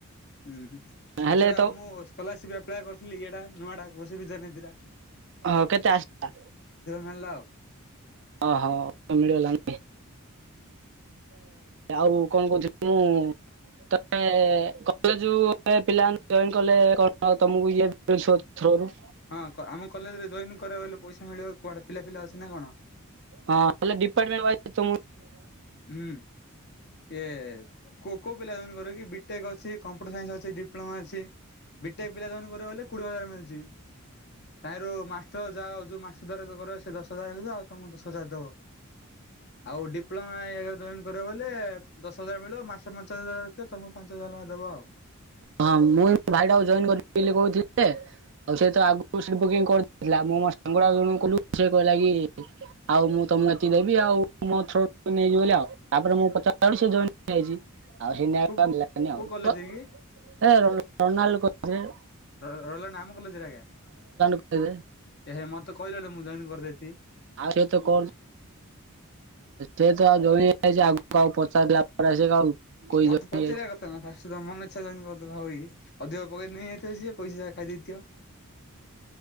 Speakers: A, on the left; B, on the right.
A: ହଁ
B: ହେଲେ
A: ଏଥର
B: ତ
A: ମୁଁ ସ୍କଲାର୍ସିପ ଆପ୍ଲାଏ କରି ଥିଲି ଏଇଟା ନୁଆଟା ବସ ସୁବିଧା ନାଇଁ ଦିରା
B: ହଁ କେତେ ଆସିଲା
A: ମିଳିଲା ଆଉ।
B: ଓହୋ ମିଳିଗଲା ଆଉ କଣ କହୁଥିଲି ମୁଁ ତମେ କଲେଜ କୁ ଗଲେ ପିଲାମାନେ ଜଏନ କଲେ କଣ ତମକୁ ଇଏ ମିଳିବ ଥ୍ରୋ ରୁ
A: ହଁ ଆମ କଲେଜରେ ଜଏନ୍ କରିଆକୁ ଗଲେ ପଇସା ମିଳିବ କୁଆଡେ ପିଲା ପିଲା ଅଛି ନା କଣ
B: ହଁ ଡିପାର୍ଟମେଣ୍ଟ ୱାଇଯ ତ ମୁଁ
A: ହୁଁ ଏ କୋ କୋ ପିଲା ଜଏନ କରିବ କି ବିଟେକ୍ ଅଛି କମ୍ପ୍ୟୁଟର ସାଇନ୍ସ ଅଛି ଡିପ୍ଲୋମା ଅଛି ବିଟେକ୍ ପିଲା ଜଏନ କରିବେ ବଲେ କୋଡିଏ ହଜାର ମିଳଛି ତାରୁ ମାଷ୍ଟର ଯାହା ଯୋଉ ମାଷ୍ଟର ଦ୍ୱାରା କରିବ ସେ ଦଶ ହଜାର ରଖିଦେବ ଆଉ ତମକୁ ଦଶ ହଜାର ଦବ। ଆଉ ଡି ପ୍ଲୋମା ଜଏନ କରିବ ବୋଇଲେ ଦଶ ହଜାର ମିଳିବ ମାଷ୍ଟର ପାଞ୍ଚହଜାର ରଖିବ ତମକୁ ପାଞ୍ଚ ହଜାର ଲେଖା ଦବ ଆଉ।
B: ହଁ ମୁଁ ଏଇ ଭାଇଟାକୁ ଜଏନ କରିବି ବୋଲି କହୁଥିଲି ଯେ ଆଉ ସେ ତ ଆଗକୁ ସେ ବୁକିଂ କରିଦେଇଥିଲା ମୁଁ ମୋ ସାଙ୍ଗଟାକୁ ଜଣଙ୍କୁ କହିଲୁ ସେ କହିଲା କି ଆଉ ମୁଁ ତମକୁ ଏତିକି ଦେବି ଆଉ ମୋ ଥ୍ରୋ ରୁ ନେଇଯିବ ବୋଲି ଆଉ ତାପରେ ମୁଁ ପଚାରିଲା ବେଳକୁ ସେ ଜଏନ ହେଇଯାଇଛି। ଆଉ ସେ ନା
A: କୁ
B: ଆଉ ମିଳିଲାନି
A: କୋଉ
B: ଆଉ।
A: କଲେଜରେ କି
B: ଏ ରୋନାଲ୍ କଲେଜ୍
A: ରହିଲ ନା ଆମକୁ କୋଉ କଲେଜ୍ ରେ ଆଜ୍ଞା
B: କଲେଜରେ
A: ଏହେ ମତେ କହିଲନି ମୁଁ ଜଏନ୍ କରିଦେଇଥିବି।
B: ଆ ସେ ତ କଣ ଟେ ହଁ <unintelligible> <unintelligible> ଆଗକୁ ଆଉ ପଚାରିଲା ପରେ ଆସିବେ କି ଆଉ। କୋଇ
A: ମତେ
B: ଜମି
A: ପଚାରିବା
B: ଯାଇଛି।
A: କଥା ନା ଫାଷ୍ଟ ତମ ମନ ଇଚ୍ଛା ଜାଏନେ ଘରୁ <unintelligible> ଅଧିକ ପକେଇ ନେଇଯାଇଥିବ ସିଏ ପଇସା ଯା ଖାଇ ଦେଇଥିବ।